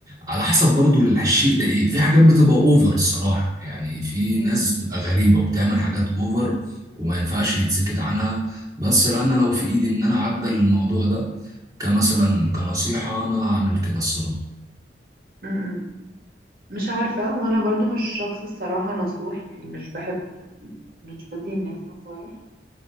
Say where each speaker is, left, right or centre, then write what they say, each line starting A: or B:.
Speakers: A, on the right; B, on the right.
A: على حسب برضو الشيء ده ايه في حاجات بتبقى اوفر الصراحة يعني في
B: مم.
A: ناس بتبقى غريبة وبتعمل حاجات اوفر وما ينفعش يتسكت عنها بس لا انا لو في ايدي ان انا اعدل الموضوع ده كمثلا كنصيحة انا هعمل كده الصراحة
B: م-م. مش عارفة وانا برضو مش شخص الصراحة نصوح يعني مش بحب مش بدي الناس نصايح